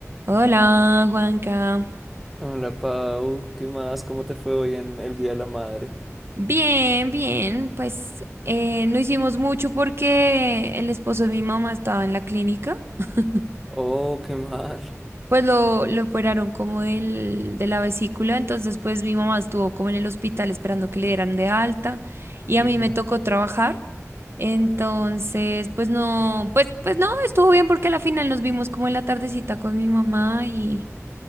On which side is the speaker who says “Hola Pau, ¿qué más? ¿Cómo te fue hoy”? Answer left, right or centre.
Centre